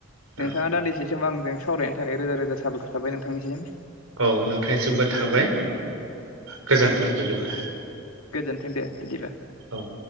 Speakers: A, on the right; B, on the left.
A: औ
B: नोंथाङा दान्दिसे समाव आंजों सावरायनो थाखाय रोजा रोजा साबायखर थाबाय नोंथांनिसिम
A: औ नोंथांनिसिमबो थाबाय गोजोनथों बिदिब्ला
B: गोजोन्थों दे बिदिबा
A: औ